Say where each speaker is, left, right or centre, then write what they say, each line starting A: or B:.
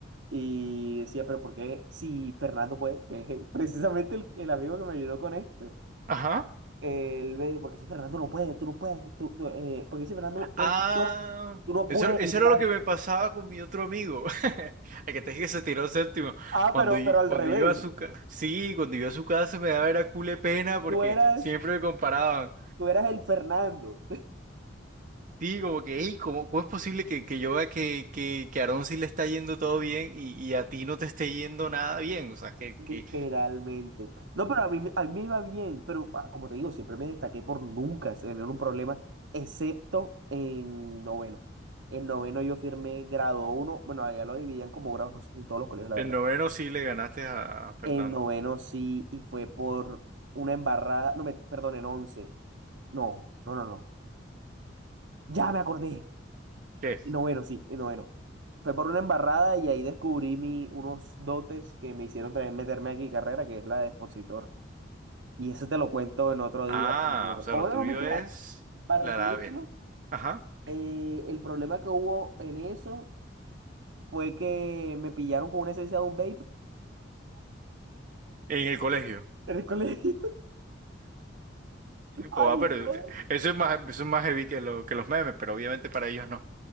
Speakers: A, on the right (about 70°); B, on the right (about 45°).
A: Y decía, pero ¿por qué si Fernando puede? Que es <laughs> precisamente el, el amigo que me ayudó con esto.
B: Ajá.
A: Él me dijo, ¿por qué si Fernando no puede? Tú no puedes. Tú, tú, eh, ¿por qué si Fernando,
B: Ah,
A: él sí puede? Tú no
B: eso,
A: puedes
B: eso
A: y
B: era
A: tal.
B: lo que me pasaba con mi otro amigo. <laughs> El que te dije que se tiró séptimo.
A: Ah,
B: Cuando,
A: pero,
B: y-
A: pero
B: cuando
A: al revés.
B: iba a su casa. Sí, cuando iba a su casa me daba era cule pena porque
A: Tú eras,
B: siempre me comparaban.
A: tú eras el Fernando.
B: Sí, como que, hey ¿cómo, cómo es posible que, que yo vea que, que, que a Aarón sí le está yendo todo bien y, y a ti no te esté yendo nada bien? O sea, que,
A: Literalmente.
B: que
A: No, pero a mí, me- a mí me iba bien, pero ah, como te digo, siempre me destaqué por nunca tener un problema, excepto en noveno. En noveno yo firmé grado uno bueno, allá lo dividían como grados, no sé si en todos los colegios, la verdad.
B: en noveno sí le ganaste a, a Fernando.
A: En noveno sí, y fue por una embarrada, no, me, perdón, en once. No, no, no, no. Ya me acordé.
B: ¿Qué?
A: En noveno, sí, en noveno. Fue por una embarrada y ahí descubrí mi, unos dotes que me hicieron también meterme aquí carrera, que es la de expositor. Y eso te lo cuento en otro día,
B: Ah,
A: pero...
B: o sea,
A: O
B: lo
A: bueno,
B: tuyo
A: no, mentira.
B: es
A: Para
B: la
A: resumírtelo,
B: labia. Ajá.
A: eh, el problema que hubo en eso fue que me pillaron con una esencia de un vape
B: En el colegio.
A: en el colegio. <laughs> Ay,
B: Oh, ah, pero
A: no.
B: eh, eso es más, eso es más heavy que, lo, que los memes, pero obviamente para ellos no.